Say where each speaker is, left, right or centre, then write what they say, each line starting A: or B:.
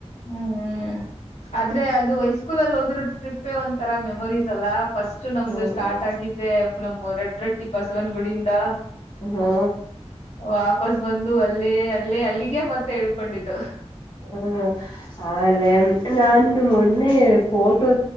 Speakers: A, on the left; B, on the left.
A: ಹ್ಮ್ ಆದ್ರೆ ಅದು ಹೈಸ್ಕೂಲಲ್ಲಿ ಹೋಗಿರೋ ಟ್ರಿಪ್ಪೇ ಒಂಂತರ ಮೆಮೊರೀಸ್ ಅಲ್ಲಾ ಫಸ್ಟ್ ನಮ್ದು
B: ಹ್ಮ
A: ಸ್ಟಾರ್ಟ್ ಆಗಿದ್ದೆ ನಮ್ಮ ರೊಡ್ ರೊಟ್ಟಿ ಬಸವನ್ ಗುಡಿಂದ
B: ಹಾ
A: ವಾಪಸ್ ಬಂದು ಅಲ್ಲೇ ಅಲ್ಲಿ ಅಲ್ಲಿಗೆೇ ಮತ್ತೆ ಹೇಳ್ಕೊಂಡಿದ್ದು
B: ಹ್ಮ ಆಲ್ಲ ನಂದು ಮ ಮೊನ್ನೆ ಫೋಟೋ